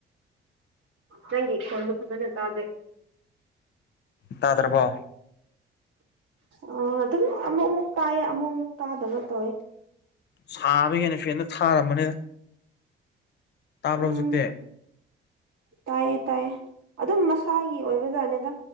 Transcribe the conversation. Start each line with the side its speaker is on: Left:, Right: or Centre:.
Right: ꯅꯪꯒꯤ ꯈꯣꯟꯗꯣ ꯐꯖꯅ ꯇꯥꯗꯦ
Left: ꯇꯥꯗ꯭ꯔꯥ ꯕꯣ
Right: ꯑ ꯑꯗꯨꯝ ꯑꯃꯨꯛꯃꯨꯛ ꯇꯥꯏꯌꯦ ꯑꯃꯨꯛ ꯑꯃꯨꯛ ꯇꯥꯗꯕ ꯇꯧꯋꯦ
Left: ꯁꯥꯕꯒꯤꯅꯦ ꯐꯦꯟꯗꯨ ꯊꯥꯔꯝꯕꯅꯤꯗ ꯇꯥꯕ꯭ꯔꯣ
Right: ꯎꯝ
Left: ꯍꯧꯖꯤꯛꯇꯤ
Right: ꯇꯥꯏꯌꯦ ꯇꯥꯏꯌꯦ ꯑꯗꯨꯝ ꯃꯁꯥꯒꯤ ꯑꯣꯏꯕ ꯖꯥꯠꯅꯤꯗ